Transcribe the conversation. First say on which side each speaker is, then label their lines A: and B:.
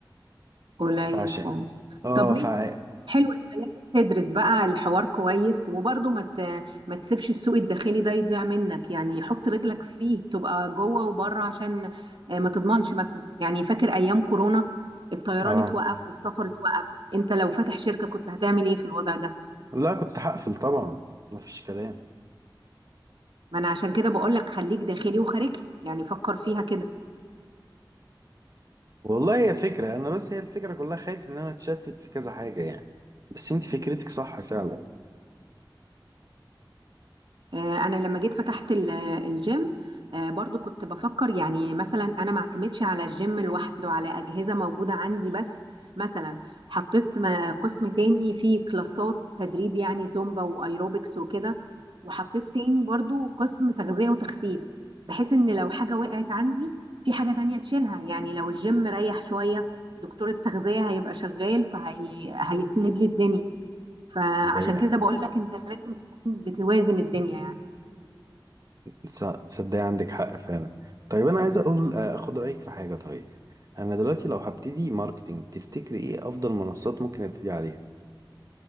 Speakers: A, on the right; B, on the right.
A: قليل
B: فعشان
A: خالص
B: اه
A: طب ماشي
B: فع
A: حلو انت لازم تدرس بقى الحوار كويس وبرضه ما ت- ما تسيبش السوق الداخلي ده يضيع منك يعني حط رجلك فيه تبقى جوه وبره عشان آه، ما تضمنش مثلا يعني فاكر ايام كورونا الطيران
B: اه
A: اتوقف والسفر اتوقف انت لو فاتح شركة كنت هتعمل ايه في الوضع ده
B: لا كنت هقفل طبعا مفيش كلام
A: ما انا عشان كده بقول لك خليك داخلي وخارجي يعني فكر فيها كده
B: والله هي فكرة انا بس هي الفكرة كلها خايف ان انا اتشتت في كذا حاجة يعني بس انت فكرتك صح فعلا
A: آه، انا لما جيت فتحت ال- الجيم آه، برضو كنت بفكر يعني مثلا انا ما اعتمدش على الجيم لوحده على اجهزه موجوده عندي بس مثلا حطيت م- قسم تاني فيه كلاسات تدريب يعني زومبا وايروبكس وكده وحطيت تاني برضو قسم تغذيه وتخسيس بحيث ان لو حاجه وقعت عندي في حاجه تانية تشيلها يعني لو الجيم ريح شويه دكتور التغذيه هيبقى شغال فهيسند لي الدنيا فعشان
B: ده
A: كده بقول لك انت لازم تكون بتوازن الدنيا يعني
B: تص- تصدقي عندك حق فعلا طيب انا عايز اقول آه، اخد رايك في حاجه طيب انا دلوقتي لو هبتدي ماركتينج تفتكري ايه افضل منصات ممكن ابتدي عليها